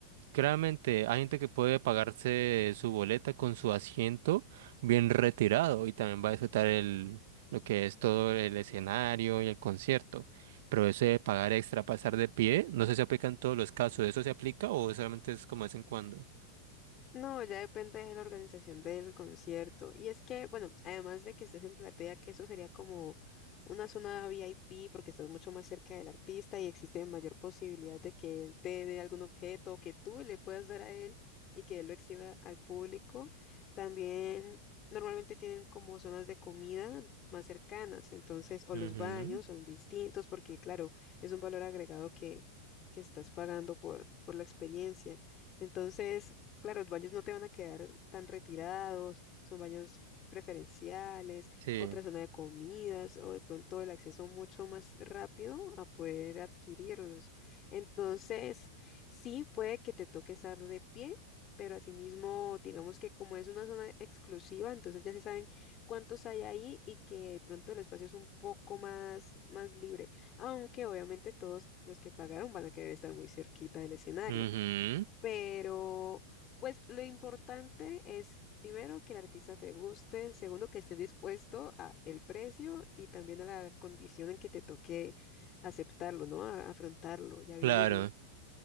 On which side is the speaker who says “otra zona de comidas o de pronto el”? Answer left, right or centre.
Left